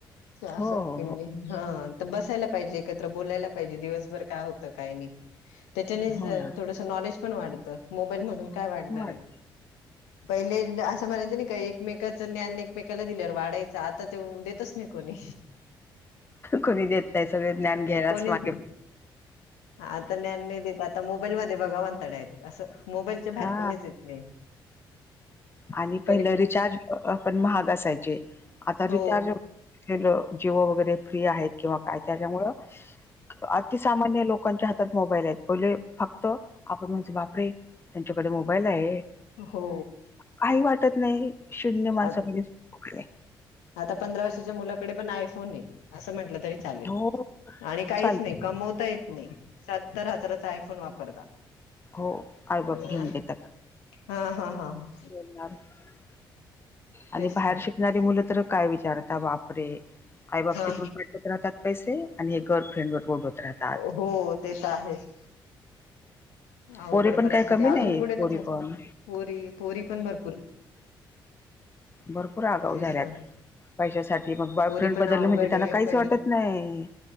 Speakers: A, on the left; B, on the left.
A: असं
B: हो हो
A: ते
B: हो
A: हा तर बसायला पाहिजे एकत्र बोलायला पाहिजे का दिवसभर काय होतं काय नाही त्याच्याने
B: हो ना
A: थोडस नॉलेज पण वाढतं मोबाईलमधून काय वाढणार
B: वाट
A: आहे. पहिले असं म्हणायचं नाही काय एकमेकाचं ज्ञान एकमेकांना दिल्याने वाढायचं. आता ते देतच नाही कोणी
B: कोणी देत नाही सगळे ज्ञान घ्यायलाच
A: कोणीच
B: मागे
A: आता ज्ञान नाही देत आता मोबाईल मध्ये बघा म्हणता डायरेक्ट असं मोबाईलच्या बाहेर
B: हा
A: कोणीच येत नाही.
B: आणि पहिलं
A: पहिले
B: रिचार्ज पण महाग असायचे आता रिचार्ज
A: हो
B: जिओ वगैरे फ्री आहेत किंवा काय त्याच्यामुळ अतिसामान्य लोकांच्या हातात मोबाईल आहेत. पहिले फक्त आपण म्हणजे बापरे. त्यांच्याकडे मोबाईल आहेत.
A: हो
B: काही वाटत नाही शून्य माणसाकडे
A: आ
B: नाही.
A: आता पंधरा वर्षाच्या मुलाकडे पण आयफोन आहे असं म्हटलं तरी चालेल
B: हो
A: आणि काहीच
B: चालते
A: नाही. कमवता येत नाही सत्तर हजाराचा आयफोन वापरता.
B: हो आईबाप
A: अ
B: घेऊन देतात.
A: हा हा हा ह.
B: <unintelligible> आणि
A: तेच
B: बाहेर
A: ना
B: शिकणारी मुलं तर काय विचारता बापरे आई बाप
A: हा
B: तिकडून होत राहतात पैसे आणि हे गर्लफ्रेंड उडवत राहतात.
A: हो ते तर आहेच. आवघड
B: पोरी पण
A: परिस्थिती
B: काही कमी
A: अजून
B: नाहीत
A: पुढे
B: पोरी
A: त्याच्या
B: पण
A: पोरी पोरी पण भरपूर
B: भरपूर आगाउ
A: तेच
B: झाल्यात.
A: ना
B: पैशासाठी मग बॉयफ्रेंड
A: पोरी पण
B: बदलल
A: अवघड
B: म्हणजे त्याला
A: आहे
B: काहीच
A: पहि
B: वाटत नाही.